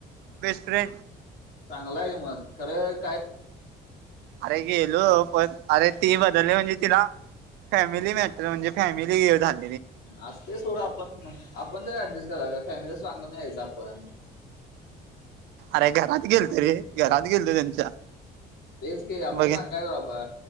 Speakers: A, on the right; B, on the left.
A: बेस्ट फ्रेंड.
B: चांगला आयका मग? खरं काय
A: अरे गेलो पण, अरे ती बदली म्हनजे तीला फॅमिली मॅटर म्हणजे फॅमिली झाल.
B: असतय सोड, मग आपण आपण जरा ऍडजस्ट करायच फॅमिलीला सांगून यायचं आपण.
A: अरे घरात गेलतो रे, घरात गेलतो त्यांच्या.
B: तेच की, आपण
A: बघे
B: सांगायच बाबा